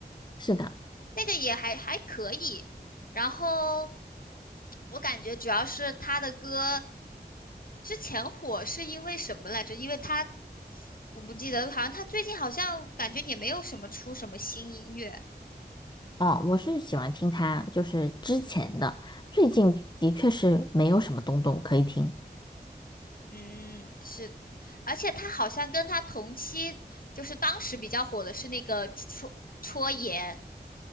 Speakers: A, on the left (about 25°); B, on the left (about 55°).
A: 是的，
B: 那个也还还可以。然后我感觉主要是他的歌之前火是因为什么来着？因为他我不记得，好像他最近好像感觉也没有什么出什么新音乐。
A: 哦，我是喜欢听他，就是之前的，最近的确是没有什么东东可以听
B: 嗯，是，而且他好像跟他同期，就是当时比较火的是那个戳戳爷，